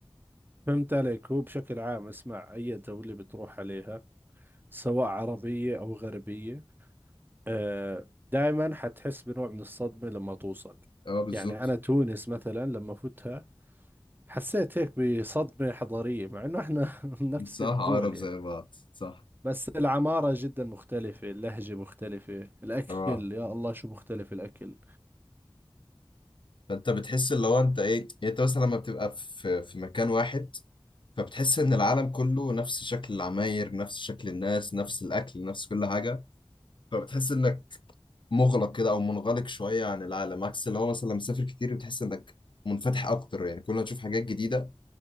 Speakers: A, on the right; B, on the left.
A: فهمت عليك هو بشكل عام اسمع أي دولة بتروح عليها سواء عربية أو غربية آه دائما حتحس بنوع من الصدمة لما توصل
B: اه بالظبط
A: يعني أنا تونس مثلا لما فتها حسيت هيك بصدمة حضارية مع إنه إحنا <laughs> نفس
B: صح
A: الدول
B: عقرب
A: يعني
B: زي بعض صح
A: بس العمارة جدا مختلفة اللهجة مختلفة الأكل
B: اه
A: يا الله شو مختلف الأكل
B: فانت بتحس اللي هو انت ايه يعني انت مثلا لما بتبقى في في مكان واحد فبتحس ان العالم كله نفس شكل العماير نفس شكل الناس نفس الاكل نفس كل حاجه فبتحس انك مغلق كده او منغلق شويه عن العالم عكس اللي هو مثلا لما مسافر كتير بتحس انك منفتح اكتر يعني كل ما تشوف حاجات جديده